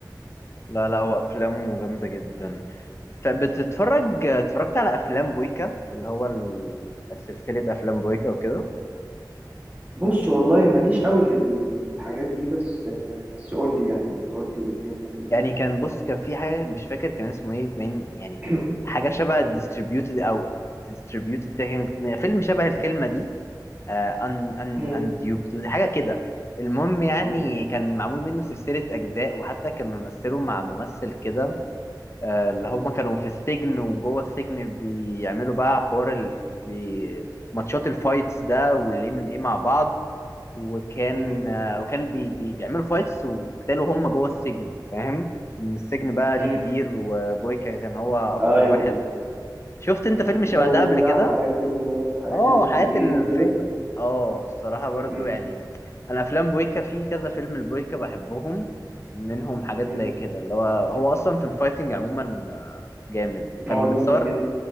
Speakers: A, on the left (about 35°); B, on the right (about 20°).
A: لا لا هو أفلامه جامدة جدا فبتتفرج اتفرجت على أفلام بويكا اللي هو ال- سلسلة أفلام بويكا وكده
B: بص والله ماليش قوي في الحاجات دي بس آه، بس قول لي يعني قول لي ايه الدنيا فيه
A: يعني كان بص كان في حاجه مش فاكر كان اسمه ايه باين يعني
B: <clears throat>
A: حاجه شبه ديستريبيوتد او ديستريبيوتد كده كان فيلم شبه الكلمه دي ان ان
B: مم،
A: انديوبد حاجه كده المهم يعني
B: مم،
A: كان معمول منه سلسله اجزاء وحتى كان ممثله مع ممثل كده آه، اللي هما كانوا في السجن وجوه السجن بيعملوا بقى حوار ال... بي... ماتشات الفايتس ده والام ام اي مع بعض وكان
B: مم،
A: آه، وكان بي بي بيعملوا فايتس وقتالوا هم جوه السجن فاهم من السجن بقى
B: مم.
A: ليه كبير وبويكا كان هو اكتر
B: ايوه
A: واحد شفت انت فيلم
B: الجو
A: شبه ده قبل
B: بتاع
A: كده
B: حياة ال- حياة
A: اه
B: المساجين
A: حياة الف
B: وكده
A: اه الصراحة برضو
B: مم،
A: يعني انا افلام بويكا في كذا فيلم البويكا بحبهم منهم حاجات
B: مم.
A: زي كده اللي هو هو اصلا في الفايتنج عموما آه، جامد وكان
B: هو
A: متصور
B: جامد جدا